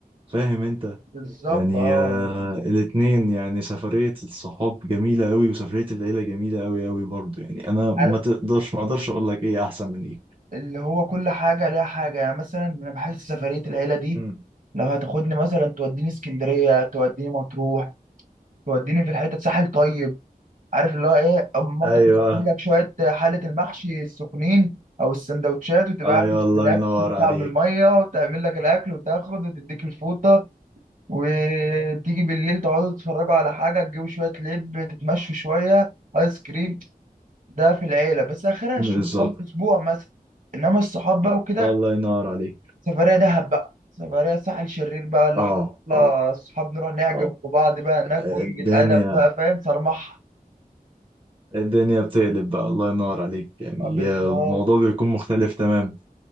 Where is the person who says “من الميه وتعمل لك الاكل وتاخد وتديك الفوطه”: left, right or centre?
Right